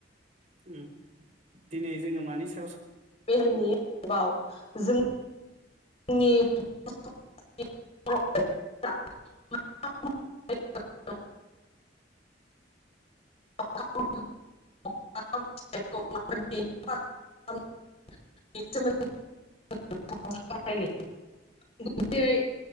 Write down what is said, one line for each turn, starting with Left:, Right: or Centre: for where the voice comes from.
Right: उम दिनै जोङो मानि सा
Left: <unintelligible> जों नि <unintelligible> <unintelligible> <unintelligible> <unintelligible> <unintelligible>